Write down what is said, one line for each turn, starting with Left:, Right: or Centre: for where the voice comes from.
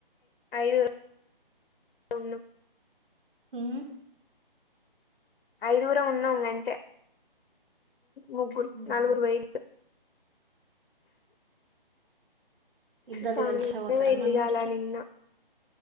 Left: ఐదుగురం ఉన్నం
Right: మ్
Left: ఐదుగురం ఉన్నాం గంతే ముగ్గులు
Right: ఉమ్.
Left: నలగురు వేయ
Right: ఇద్దరు
Left: చాన
Right: కలిసే పోతారా
Left: వెలిగాల
Right: మన ఊరికి
Left: నిన్న